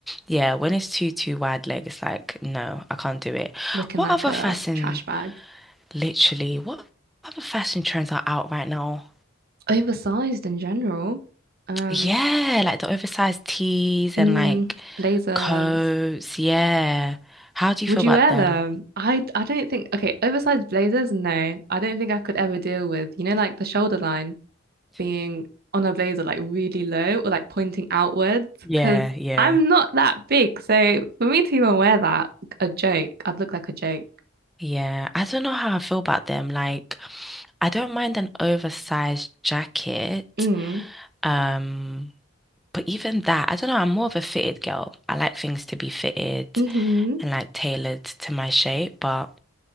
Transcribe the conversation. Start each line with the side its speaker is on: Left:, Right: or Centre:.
Centre: yeah, when it's too too wide leg, it's like no, I can't do it.
Right: <laughs> Looking
Centre: What
Right: like
Centre: other
Right: a
Centre: fashion
Right: trash bag.
Centre: Literally, what other fashion trends are out right now?
Right: Oversized in general. Um,
Centre: Yeah, like the oversized tees
Right: mm,
Centre: and like
Right: blazers.
Centre: coats. Yeah. How do you
Right: Would
Centre: feel
Right: you
Centre: about
Right: wear
Centre: them?
Right: them? I I don't think okay, oversized blazers, no. I don't think I could ever deal with, you know, like the shoulder line being on a blazer like really low or like pointing outwards
Centre: Yeah,
Right: because
Centre: yeah.
Right: I'm not that big. So for me to even wear that, a joke, I'd look like a joke.
Centre: Yeah, I don't know how I feel about them. Like, I don't mind an oversized jacket.
Right: Mm.
Centre: Um, but even that, I don't know, I'm more of a fitted girl. I like things to be fitted
Right: Mm-hmm.
Centre: and like tailored to my shape, but